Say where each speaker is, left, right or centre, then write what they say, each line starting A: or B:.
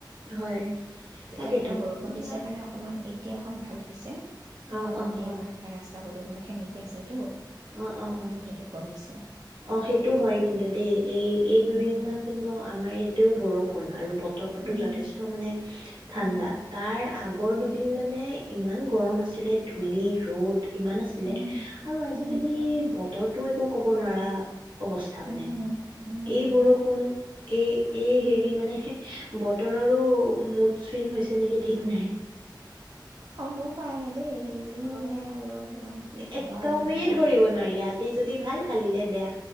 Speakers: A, on the right (about 75°); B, on the right (about 55°).
A: হয়,
B: এতিয়া
A: তাকেতো
B: ধৰা বৰষুণ
A: কিবা।
B: দিছে কাৰণে অকণমান এতিয়া অকণ ভাল হৈছে? বৰষুণ
A: অ অ
B: দিয়াৰ
A: অ অ
B: কাৰণে তাৰ ৰাস্তা পদূলি। সেমেকি আছেতো।
A: অ অ অ
B: ধূলিটো কমিছে
A: অ সেইটো হয় কিন্তু দেই এই। এই দুদিনমান
B: উম,
A: কিন্তু আমাৰ ইয়াতেও বৰষুণ। <inaudible> বতৰটো
B: উম,
A: যথেষ্ট মানে। ঠাণ্ডা
B: উম,
A: তাৰ আগৰ দুদিন মানে। ইমান গৰম আছিলে ধূলি ৰ'দ। ইমান আছিলে
B: উম,
A: আৰু আজি।
B: উম,
A: এই বতৰটো একো ক'ব নোৱাৰা। অৱস্থা মানে
B: উম, উম।
A: এই বৰষুণ। এই এই হেৰি মানে। বতৰৰো ম চুইং হৈছে নেকি ঠিক নাই।
B: হ'ব পাৰে দেই যিহে
A: অ
B: আৰু তোমাক কি
A: একদমেই
B: ক'বা আৰু এনেকুৱা
A: ধৰিব নোৱাৰি আজি। যদি ভাল কালিলে বেয়া।